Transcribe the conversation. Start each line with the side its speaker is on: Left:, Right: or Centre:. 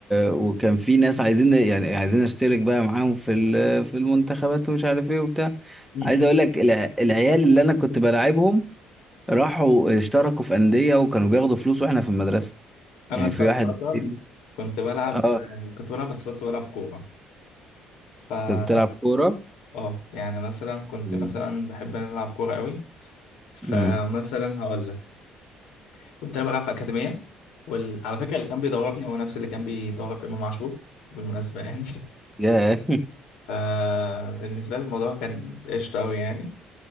Centre: وكان في ناس عايزين يعني عايزين اشترك بقى معاهم في ال... في المنتخبات ومش عارف ايه وبتاع
Left: م-م.
Centre: عايز اقول لك الع... العيال اللي انا كنت بلاعبهم راحوا اشتركوا في أندية وكانوا بياخدوا فلوس واحنا في المدرسة
Left: انا
Centre: يعني
Left: صراحة
Centre: في واحد فيهم-
Left: كنت بلعب
Centre: اه
Left: كنت بلعب بس كنت بلعب كورة ف
Centre: كنت بتلعب كورة
Left: اه يعني مثلا كنت
Centre: مم.
Left: مثلا بحب أن أنا العب كورة قوي فمثلا
Centre: مم.
Left: هقول لك كنت انا بلعب في اكاديميه وعلى فكره اللي كان بيدربني هو نفس اللي كان بيدرب امام عاشور بالمناسبه يعني <laughs>
Centre: ياه <laughs>
Left: فبالنسبه لي الموضوع كان قشطه قوي يعني